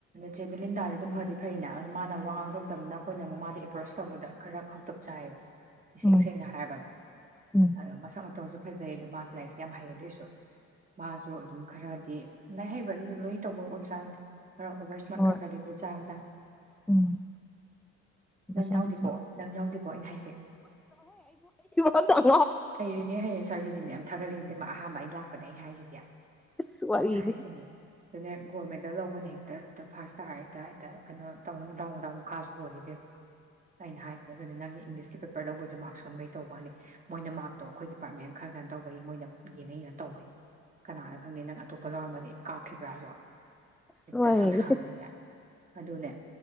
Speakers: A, on the right (about 25°); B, in the centre.
A: ꯑ ꯁꯦ ꯕꯦꯂꯤꯟꯗꯥꯗꯤ ꯑꯗꯨꯝ ꯐꯗꯤ ꯐꯩꯩꯅ ꯑꯗꯨ ꯃꯥꯅ ꯋꯥꯍꯥꯡ ꯊꯣꯛꯣꯛꯇꯕꯅꯤꯅ ꯑꯩꯈꯣꯏꯅ ꯃꯥꯗꯤ ꯑꯦꯄ꯭ꯔꯣꯁ ꯇꯧꯕꯗ ꯈꯔ ꯈꯥꯎꯇꯛ ꯆꯥꯏꯌꯦꯕ ꯏꯁꯦꯡ
B: ꯎꯝ
A: ꯁꯦꯡꯅ ꯍꯥꯏꯔꯕꯗꯣ
B: ꯎꯝ
A: ꯑꯗꯣ ꯃꯁꯛ ꯃ ꯇ ꯐꯖꯩ ꯑꯗ ꯃꯥꯁꯨ ꯂꯥꯏꯔꯤꯛꯇꯤ ꯌꯥꯝ ꯍꯩ ꯑꯗꯨꯑꯣꯏꯁꯨ ꯃꯥꯁꯨ ꯑꯗꯨꯝ ꯈꯔꯗꯤ ꯂꯥꯏꯔꯤꯛ ꯍꯩꯕ ꯂꯣꯏ ꯇꯧꯕ ꯑꯣꯏꯕꯖꯥꯠꯅꯤꯗ ꯈꯔ ꯑꯣꯚꯔ ꯏꯁꯃ
B: ꯍꯣꯏ
A: ꯈꯜ ꯈ꯭ꯔꯗꯤ ꯑꯗꯨ ꯆꯥꯕꯖꯥ
B: ꯎꯝ
A: ꯅꯪ
B: ꯕ꯭ꯔꯁꯥꯟꯇꯤ
A: ꯌꯥꯎꯗꯦꯀꯣ
B: ꯆꯥꯎ
A: ꯅꯪ ꯌꯥꯎꯗꯦꯀꯣ ꯑꯩꯅ ꯍꯥꯏꯁꯩ
B: ꯑ
A: ꯍꯩꯔꯤꯅꯦ ꯍꯩꯔꯦ ꯁꯥꯔꯖꯤꯅꯦ ꯌꯥꯝ ꯊꯥꯒꯠꯂꯤꯉꯗ ꯑꯍꯥꯟꯕ ꯑꯩꯅ ꯂꯥꯛꯄꯅꯦ ꯑꯩꯅ ꯍꯥꯏꯁꯤꯗꯤ ꯑꯩꯅ
B: ꯑꯁ ꯋꯥꯔꯤꯗꯤ
A: ꯍꯥꯏꯁꯤꯅꯦ ꯑꯗꯨꯅꯦ ꯒꯣꯜ ꯃꯦꯗꯜ ꯂꯧꯕꯅꯦ ꯍꯦꯛꯇ ꯍꯦꯛꯇ ꯐꯥꯔꯁ ꯇꯥꯔ ꯍꯦꯛꯇ ꯍꯦꯛꯇ ꯀꯩꯅꯣ ꯇꯧꯔ ꯃꯇꯗꯥꯎ ꯃꯇꯗꯥꯎꯥꯁꯨ ꯄꯣꯜꯂꯤꯕꯦꯝ ꯑꯩꯅ ꯍꯥꯏꯈꯤꯅꯦ ꯑꯗꯨꯅꯦ ꯅꯪꯒꯤ ꯏꯪꯂꯤꯁꯀꯤ ꯄꯦꯄꯔ ꯂꯧꯕꯩꯗꯨꯣ ꯃꯥꯔꯛ ꯁꯣꯟꯕꯩ ꯇꯧꯕꯅꯤ ꯃꯣꯏꯅ ꯃꯥꯔꯛꯇꯣ ꯑꯩꯈꯣꯏ ꯗꯤꯄꯥꯔꯠꯃꯦꯟ ꯈꯔ ꯈꯅ ꯇꯧꯕꯒꯤ ꯃꯣꯏꯅ ꯌꯦꯡꯉꯩꯅꯅ ꯇꯧꯕꯅꯤ ꯀꯅꯥꯅ ꯈꯪꯅꯤ ꯅꯪ ꯑꯇꯣꯞꯄ ꯂꯧꯔꯝꯃꯅꯤ ꯀꯥꯈꯤꯕꯕ꯭ꯔꯥꯖꯣ
B: ꯑꯁ
A: ꯍꯦꯛꯇ
B: ꯋꯥꯔꯤꯗꯤ
A: ꯁꯪꯁꯥꯔꯗ ꯌꯥꯏ ꯑꯗꯨꯅꯦ